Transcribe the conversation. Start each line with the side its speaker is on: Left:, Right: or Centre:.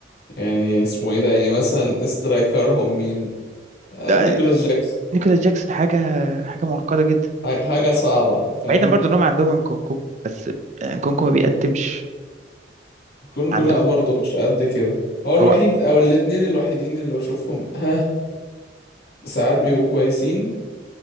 Left: يعني اسمه ايه ده يعني مثلا استرايكرهم مين آه
Right: ده-
Left: نيكولاس جاكسون
Right: نيكولاس جاكسون حاجه حاجه معقده جدا
Left: ح- حاجة صعبة فاهم
Right: بعيدا برضو انهم عندهم انكونكو بس انكونكو ما بيقدمش
Left: بيكون
Right: عندهم
Left: كل لا برضه مش قد كده هو الوحيد
Right: هو
Left: او الاتنين الوحيدين اللي بشوفهم ها ساعات بيبقوا كويسين